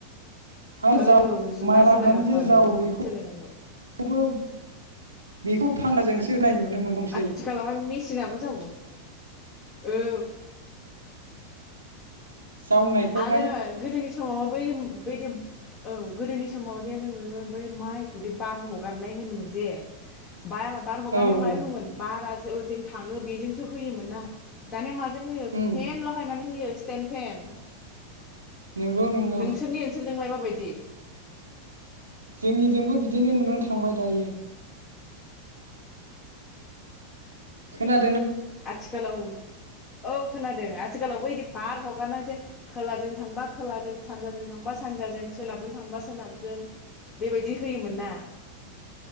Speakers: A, on the right; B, on the left.
A: आरो
B: औ
A: जाव
B: जुगा
A: मारा
B: सोलायलांबाय
A: होनानै जे
B: बुहुद
A: जावो बेखौबो
B: सोलायलांबाय
A: बेखौ फांखाजोंसो होनाय नुनो मोनदोंसै
B: आथिखालावहाय मेसिनाबो जावो औ
A: जावनायखौहाय
B: आरो गोदोनि समाव बै-बैदोम औ गोदोनि समाव जे नों <unintelligible> बै माइखौदि बार हगारनाय होनोमोन जे बा-बार हगारनायाव
A: औ औ
B: माय होमोन बारा अयदों थाङो बेजोंसो होयोमोन ना दानिया मा जों होयो
A: उम
B: फेन लगायनानै होयो स्तेनफेन
A: नंगौ नंगौ
B: नोंसोरनि ओनसोलजोंलाय मा बायदि
A: जोंनिजोंबो बिदिनो नुनो थांबाय दायो खोना
B: आथिखालाव औ खोनादों आ आथिखालावबो बिदि बार हगारा जे खोलाजों थांबा खोलाजों सानजाजों थांबा सानजाजों सोनाबजों थांबा सोनाबजों बेबायदि होयोमोन ना